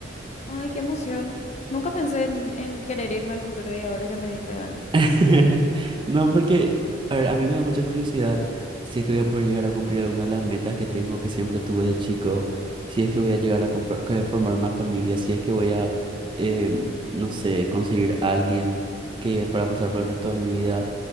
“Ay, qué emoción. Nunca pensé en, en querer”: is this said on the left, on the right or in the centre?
Left